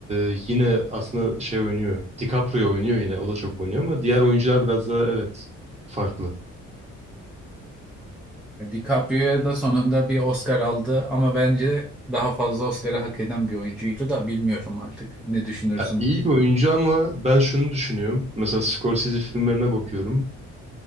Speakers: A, on the right; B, in the centre.
A: e, yine aslında şey oynuyor. DiCaprio oynuyor yine. O da çok oynuyor ama diğer oyuncular biraz daha evet farklı.
B: DiCaprio da sonunda bir Oscar aldı ama bence daha fazla Oscar'ı hak eden bir oyuncuydu da bilmiyorum artık ne düşünürsün.
A: Ya, iyi bir oyuncu ama ben şunu düşünüyorum. Mesela Scorsese filmlerine bakıyorum.